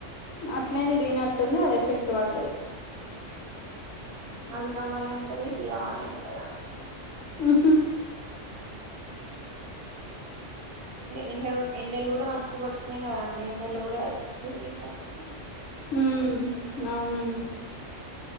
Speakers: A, on the left; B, on the right.
A: అట్లనే తిరిగినట్టు ఉంది అదే ఎఫెక్ట్ పడ్డది
B: అది కావాలంటది ఇది కావాలంటది ఆమె
A: ఉ
B: ఎండలు ఎండలు కూడా మస్తు మస్త్ కొట్టినాయి కదండి ఎండలో కూడా తిరిగేసరికి
A: ఉ అవునండి